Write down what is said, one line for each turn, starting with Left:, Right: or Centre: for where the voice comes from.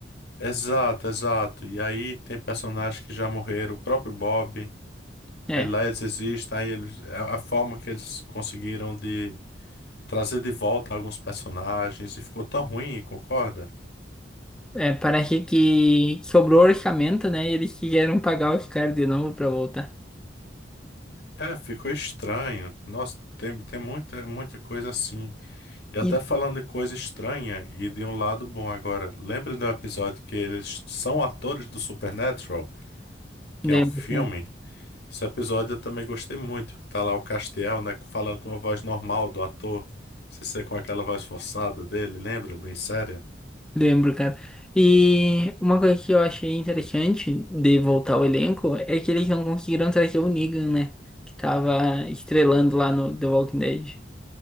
Left: Exato, exato. E aí tem personagens que já morreram, o próprio Bob. Aí
Centre: É.
Left: lá eles existem, aí eles, a a forma que eles conseguiram de trazer de volta alguns personagens e ficou tão ruim, concorda?
Centre: É, parece que sobrou orçamento, né? E eles quiseram pagar os caras de novo pra voltar.
Left: É, ficou estranho. Nossa, tem, tem muita, muita coisa assim. E até
Centre: E
Left: falando de coisa estranha e de um lado bom agora. Lembra do episódio que eles são atores do Supernatural, que
Centre: Lembro,
Left: é um filme?
Centre: cara.
Left: Esse episódio eu também gostei muito, que tá lá o Castiel, né, falando com a voz normal do ator, sem ser com aquela voz forçada dele, lembra? Bem séria.
Centre: Lembro, cara. E uma coisa que eu achei interessante de voltar ao elenco é que eles não conseguiram trazer o Negan, né? Que tava estrelando lá no The Walking Dead.